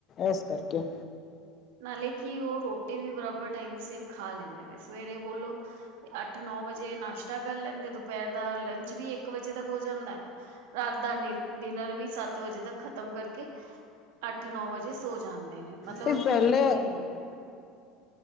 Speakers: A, on the left; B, on the right.
A: ਏਸ ਕਰਕੇ।
B: ਨਾਲੇ ਕੀ ਓ ਰੋਟੀ ਵੀ ਬਰਾਬਰ ਟਾਈਮ ਸਿਰ ਖਾ ਲੈਂਦੇ ਨੇ। ਸਵੇਰੇ ਬੋਲੋ- ਅੱਠ ਨੌ ਵਜੇ ਨਾਸ਼ਤਾ ਕਰ ਲੈਂਦੇ। ਦੁਪਹਿਰ ਦਾ ਲੰਚ ਵੀ ਇੱਕ ਵਜੇ ਤੱਕ ਹੋ ਜਾਂਦਾ। ਰਾਤ ਦਾ ਡਿ- ਡਿਨਰ ਵੀ ਸੱਤ ਵਜੇ ਤੱਕ ਖਤਮ ਕਰਕੇ- ਅੱਠ ਨੌ ਵਜੇ ਸੋ ਜਾਂਦੇ ਨੇ ਮਤਲਬ
A: ਤੇ
B: ਆਪਣੀ
A: ਪਹਿਲੇ
B: ਪੂਰੀ ਨੀਂਦ ਲੈਂਦੇ। ਆ।